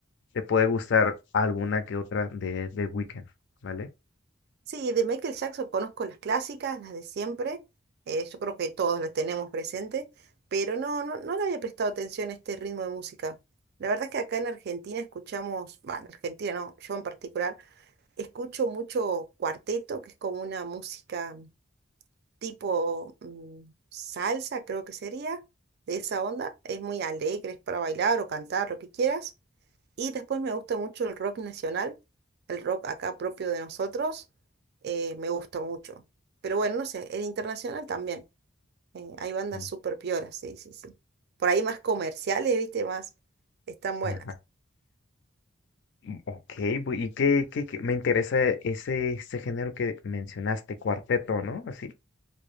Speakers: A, on the left; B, on the right.
A: te puede gustar alguna que otra de, de Weekend, ¿vale?
B: Sí, de Michael Jackson conozco las clásicas, las de siempre. eh, yo creo que todos las tenemos presente, pero no, no, no le había prestado atención a este ritmo de música. La verdad es que acá en Argentina escuchamos, bueno, en Argentina no, yo en particular. Escucho mucho cuarteto, que es como una música tipo mm, salsa, creo que sería, de esa onda. Es muy alegre, es para bailar o cantar, lo que quieras. Y después me gusta mucho el rock nacional, el rock acá propio de nosotros, eh, me gusta mucho. Pero bueno, no sé, el internacional también. eh, hay bandas
A: Mm.
B: súper pioras, sí, sí, sí. Por ahí más comerciales, viste, más están buenas.
A: Ajá. Mm, Ok, bu- y qué, qué, qué- me interesa ese, ese este género que mencionaste, cuarteto, ¿no? Así,